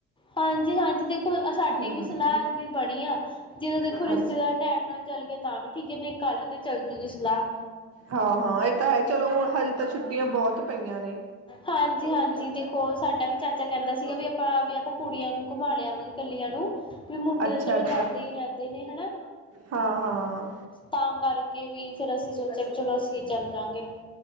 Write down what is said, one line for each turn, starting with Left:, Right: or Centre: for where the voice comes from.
Left: ਹਾਂਜੀ -ਹਾਂਜੀ ਦੇਖੋ ਸਾਡੀ
Right: ਹੂੰ
Left: ਵੀ ਸਲਾਹ ਦੀ ਬਣੀ ਆ। ਜਦੋਂ ਦੇਖੋ ਰਿਸ਼ਤੇਦਾਰ
Right: ਅੱਛ
Left: ਟੈਮ ਨਾਲ ਜ- ਚੱਲ ਗਏ ਤਾਂ ਵੀ ਠੀਕ ਐ। ਨਈ ਕੱਲ੍ਹ ਤੇ ਚੱਲ ਜੂਗੀ ਸਲਾਅ। <inaudible>
Right: ਹਾਂ ਹਾਂ ਇਹ ਤਾਂ ਹੈ ਚਲੋ ਹੁਣ ਹਜੇ ਤਾਂ ਛੁੱਟੀਆਂ ਬਹੁਤ ਪਈਆਂ ਨੇ
Left: ਹਾਂਜੀ- ਹਾਂਜੀ ਦੇਖੋ ਸਾਡਾ ਵੀ ਚਾਚਾ ਕਹਿੰਦਾ‌ ਸੀਗਾ ਵੀ ਆਪਾਂ ਵੀ ਆਪ- ਕੁੜੀਆਂ ਨੂੰ ਘੁਮਾ ਲਿਆਵਾਂਗੇ ਕੱਲੀਆਂ ਨੂੰ। ਵੀ ਮੁੰਡੇ
Right: ਅੱਛਾ
Left: ਤਾਂ ਚਲੋ
Right: ਅੱਛਾ
Left: ਜਾਂਦੇ ਈ ਰਹਿੰਦੇ ਨੇ ਹਨਾ।
Right: ਹਾਂ ਹਾਂ
Left: ਤਾਂ ਕਰਕੇ ਵੀ ਫੇਰ ਅਸੀਂ ਸੋਚਿਆ ਵੀ ਚਲੋ ਅਸੀਂ- ਕੀ ਚੱਲ ਜਾਂ ਗੇ।